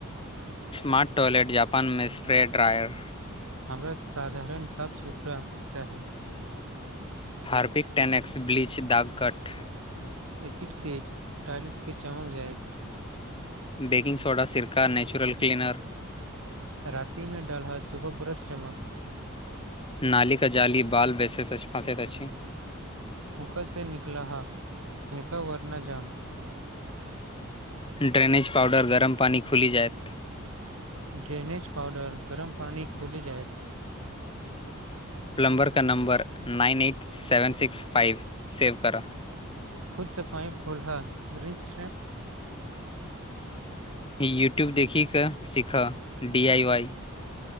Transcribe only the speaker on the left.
मा टॉयलेट जापान मे स्प्रे ड्रायर
हार्पिक टेनक्स ब्लीच दाग कट
बेकिंग सोडा सिरका नाचुरल क्लीनर
नाली का जाली बाल बेचैत फसेत अछि
ड्रेनेज पाउडर गरम पानी खुलि जायत
पलम्बर का number nine eight seven six five save करा
यूट्यूब देखिक के सीखऽ डी आई वाई